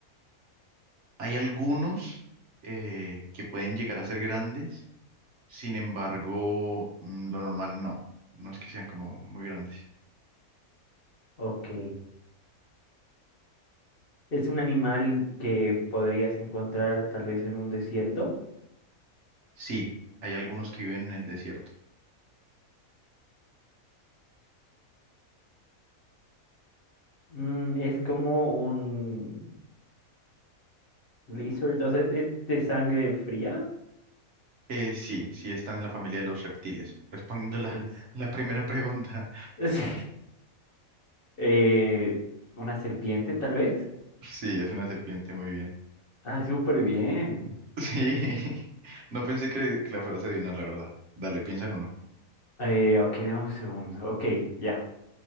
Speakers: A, on the right; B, on the left.
A: Hay algunos eh, que pueden llegar a ser grandes Sin embargo, mm, lo normal no. No es que sean como muy grandes.
B: Ok. ¿Es un animal que podrías encontrar tal vez en un desierto?
A: Sí, hay algunos que viven en el desierto.
B: Mm, ¿es como un lizard? O sea, ¿es, es de sangre fría?
A: Eh, sí, sí están en la familia de los reptiles. Respondiendo la,
B: Es. <laughs>
A: la primera pregunta. <laughs>
B: Sí. Eh, ¿una serpiente tal vez?
A: Sí, es una serpiente, muy bien.
B: Ah, súper bien.
A: Sí, <laughs> no pensé que, que la fueras a adivinar, la verdad. Dale, piensa en uno.
B: Eh, ok, dame un segundo. Ok, ya.